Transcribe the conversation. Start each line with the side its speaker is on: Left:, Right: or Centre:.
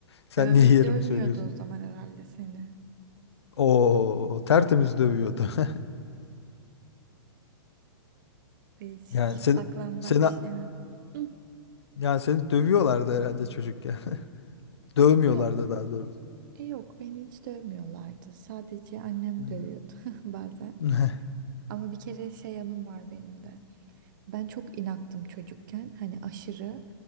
Left: Sen
Right: Dövme,
Left: niye yerimi
Right: dövmüyordu
Left: söylüyorsun?
Right: o zaman herhalde seni.
Left: Oo, tertemiz dövüyordu. <laughs>
Right: Değişik.
Left: Yani seni
Right: Saklambaç
Left: seni
Right: yani. Hı.
Left: yani seni dövüyorlardı herhalde çocukken. <laughs> Dövmüyorlardı
Right: Yok.
Left: daha doğrusu.
Right: E, yok beni hiç dövmüyorlardı. Sadece annem
Left: Hmm.
Right: dövüyordu <laughs> bazen.
Left: <laughs>
Right: Ama bir kere şey anım var benim de. Ben çok inattım çocukken. Hani aşırı